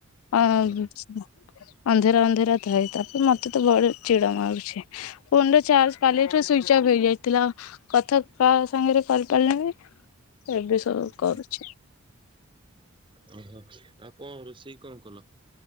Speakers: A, on the left (about 75°); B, on the right (about 25°).
A: ଅଁ
B: ହଁ
A: ଅନ୍ଧିରା ଅନ୍ଧିରା ଥାଏ ତାପରେ ମତେତ ଭାରି ଚିଡ଼ି ମାରୁଛି। ଫୋନରେ ଚାର୍ଜ କାଲିଠୁ ସୁଇଚ୍ ଅଫ୍ ହେଇଯାଇଥିଲା କଥା କାସାଙ୍ଗରେ କରିପାରିଲଣି ଏବେ ସବୁ
B: ହୁଁ,
A: କରୁଛି।
B: ଓହୋ ଆଉ କଣ ରୋଷେଇ କଣ କଲ?